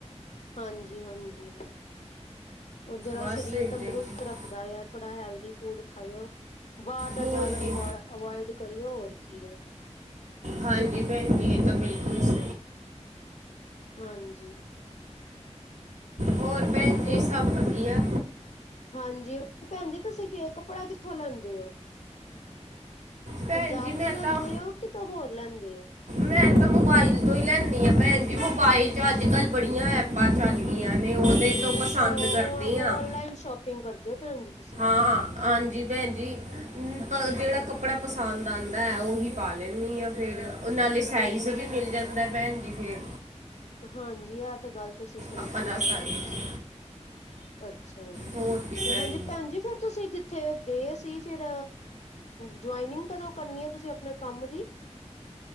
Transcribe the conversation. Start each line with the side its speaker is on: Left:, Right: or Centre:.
Left: ਹਾਂਜੀ-ਹਾਂਜੀ, ਔ ਜੇਰਾ
Right: ਬਸ
Left: ਸਸ਼ਰੀਰ
Right: ਏਦਾਂ
Left: ਤੰਦਰੁਸਤ
Right: ਹੀ
Left: ਤ ਰੱਖਦਾ ਆ, ਥੋੜਾ ਹੈਲਦੀ ਫੂਡ ਖਾਯੋ। ਬਾਰ
Right: ਹੋਰ
Left: ਦਾ ਜਾਦਾ
Right: ਕੀ
Left: ਅਵੋ ਅਵਾਇਡ ਕਰਿਏ। ਹੋਰ ਕੀ ਏ।
Right: ਹਾਂਜੀ, ਭੈਨ ਜੀ ਏ ਤਾਂ ਬਿਲਕੁਲ ਸ
Left: ਹਾਂਜੀ।
Right: ਹੋਰ ਭੈਣ ਜੀ
Left: ਹੋਰ?
Right: ਸਭ ਵਧੀਆ
Left: ਹਾਂਜੀ! ਭੈਨ ਜੀ ਤੁਸੀ ਕੇ, ਕੱਪੜਾ ਕਿੱਥੋਂ ਲੈਂਦੇ ਹ ਔ?
Right: ਭੈਣ
Left: ਪੰਜਾਬ
Right: ਜੀ ਮੈਂ
Left: ਤੋ ਲੈਂਦੇ
Right: ਤਾਂ
Left: ਹ ਔ? ਕਿਤੋ ਹੋਰ ਲੈਂਦੇ ਔ?
Right: ਮੈਂ ਤਾਂ ਮੋਬਾਇਲ ਤੋਂ ਈ ਲੈਂਨੀਂ ਆ ਭੈਨ ਜੀ। ਮੋਬਾਇਲ ਚ ਅੱਜ- ਕੱਲ ਬੜੀਆਂ ਐਪਾਂ ਚੱਲ
Left: ਅੱ
Right: ਗਈਆਂ
Left: ਛ,
Right: ਨੇ ਉਹਦੇ ਤੋਂ
Left: ਅੱਛਾ
Right: ਪਸੰਦ
Left: ਔ-ਔ
Right: ਕਰਦੀ ਆ
Left: ਔਨਲਾਈਨ ਸ਼ੋਪਿੰਗ ਕਰਦੇ ਹ ਔ ਭੈਨ ਜੀ ਤੁਸੀ।
Right: ਆਂ, ਹਾਂਜੀ ਭੈਨ ਜੀ। ਹਮ! ਤਾਂ ਜੇੜਾ ਕਪੜਾ ਪਸੰਦ ਆਂਦਾਂ ਐ ਔਹੀ ਪਾ ਲੈਂਨੀਂ ਆ ਫੇਰ। ਔ ਨਾਲੇ ਸਾਈਜ਼ ਵੀ ਮਿਲ ਜਾਂਦਾ ਏ ਭੈਨ ਜੀ ਫੇਰ।
Left: ਹਾਂਜੀ ਆ ਤੇ ਗੱਲ ਤੁਸੀ ਸ
Right: ਆਪਣਾ
Left: ਈ ਕੇਯਾ,
Right: ਸਾਈਜ਼
Left: ਅੱਛਾ।
Right: ਹੋਰ ਕੀ
Left: ਤੇ
Right: ਭੈਣ
Left: ਹਾਂਜੀ, ਭੈਨ ਜੀ ਫਿਰ ਤੁਸੀ ਜਿੱਥੇ ਗੇ ਸੀ। ਫੇਰ ਜੁਆਇਨਿੰਗ ਕਦੋਂ ਕਰਨੀ ਹੈ ਤੁਸੀ ਅਪ ਨੇ ਕੰਮ ਦੀ